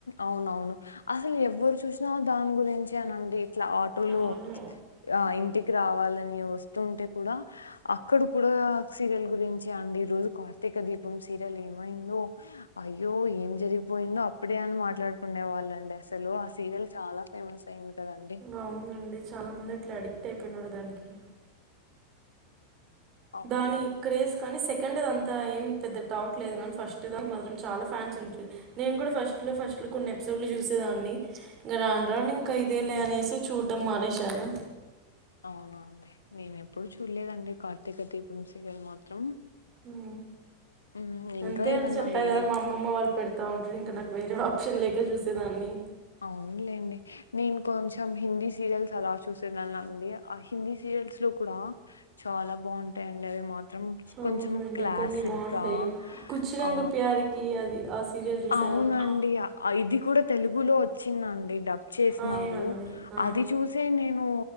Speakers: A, on the left; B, on the right.
A: అవునవును అసలు ఎవరు చూసినా దాని గురించే నండి ఇట్ల ఆటోలు
B: అవును
A: ఆ ఇంటికి రావాలని వస్తుంటే కూడా అక్కడ కూడా సీరియల్ గురించే అండి ఈ రోజు కార్తీక దీపం సీరియల్ ఏమైందో ఒ అయ్యో ఏం జరిగిపోయిందో అప్ ప్పుడే అని మాట్లాడుకునే వాళ్ళండి అసలు ఆ సీరియల్ చాలా ఫేమస్ అయింది కదండి
B: అవునండి చాలా మంది అట్లా అడిక్ట్ అయిపోయినరు దానికి
A: అవును
B: దాని క్రేజ్ కానీ సెక్ సెకండ్దంతా ఏం పెద్ద టౌట్ లేదు కానీ ఫస్ట్ దానికి మాత్రం చాలా ఫ్యాన్స్ ఉంట్రీ నేను కూడా ఫస్ట్ లో ఫస్ట్ ఇట్లు కొన్ని ఎపిసోడ్లు చూసేదాన్ని ఇంకా రాండ్రాను ఇంక ఇదేలే అనేసి చూడ్డం మానేశాను
A: అవున అండి నేను ఎప్పుడు చూడలేదండి కార్తీక దీపం సీరియల్ మాత్రం
B: ఊ
A: ఉమ్, ఇంకా
B: అంతే అండి
A: ఏమన్నా
B: చెప్పా
A: వేరే
B: కదా మా అమ్మమ్మ వాళ్ళు పెడతా ఉంట్రీ ఇంకా నాకు వేరే అప్ ఆప్షన్ లేక చూసేదాన్ని
A: అవునులేండి నేను కొంచెం హిందీ సీరియల్స్ అలా చూసేదనండి ఆ హిందీ సీ యల్స్ లో కూడా చాలా బాగుంటాయిండి అవి మా త్రం
B: అవునండి
A: కొంచెం క్లాసిక్గా
B: కొన్ని బాగుంటాయి కుచ్చిరంగ
A: ఆ
B: ప్యారికి అది ఆ సీరియల్ చూసారా
A: అవునండి
B: అండి
A: ఇది కూడా తెలుగులో వచ్చిందండి డబ్ చేసినారు
B: అవునండి ఆ
A: అది ది చూసే నేను